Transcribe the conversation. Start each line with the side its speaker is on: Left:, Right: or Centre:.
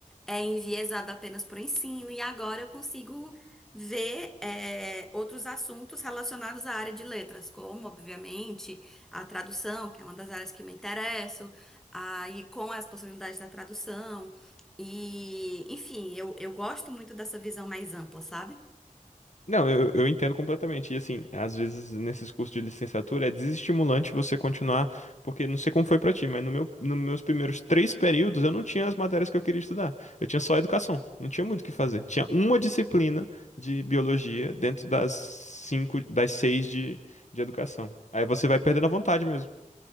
Centre: é, enviesada apenas para o ensino, e agora eu consigo ver é, outros assuntos relacionados à área de letras, como, obviamente, a tradução, que é uma das áreas que me interesso, aí com as possibilidades da tradução. E, enfim, eu, eu gosto muito dessa visão mais ampla, sabe?
Left: Não, eu, eu entendo completamente. E assim, às vezes nesses cursos de licenciatura é desestimulante você continuar, porque não sei como foi pra ti, mas no meu, nos meus primeiros três períodos eu não tinha as matérias que eu queria estudar. Eu tinha só educação, não tinha muito o que fazer. Tinha uma disciplina de biologia dentro das cinco, das seis de, de educação. Aí você vai perdendo a vontade mesmo.